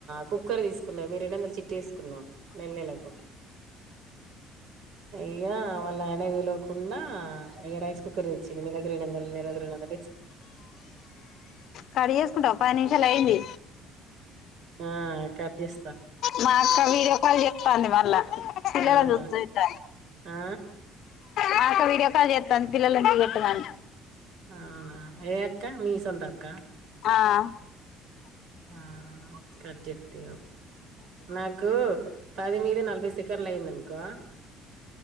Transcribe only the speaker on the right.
కుప్ కుక్కర్ తీసుకున్నది మీ రెండువందల్ చిట్టీ ఎస్కు కున్న నెల్‌నెలకు ఇగ వాళ్ల ఆయనకి తెలువ కుండా ఇగ రైస్ కుక్కర్ తెచ్చింది నెలకు రెండువందల నెల ఇంకొకటి <inaudible>
ఆ కట్ ఎస్త
అవునా
ఆ
అవునా ఏ అక్క మీ సొంతక్కా
ఆ ఆ కట్జేత్తిగ నాకూ పది మీద నలభై సెకన్లు అయిందనుకో